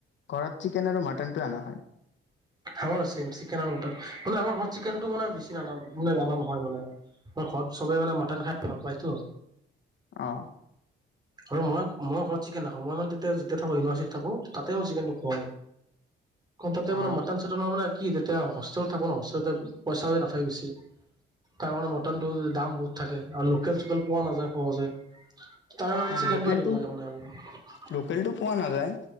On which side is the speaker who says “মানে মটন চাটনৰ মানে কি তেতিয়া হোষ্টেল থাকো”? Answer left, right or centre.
Right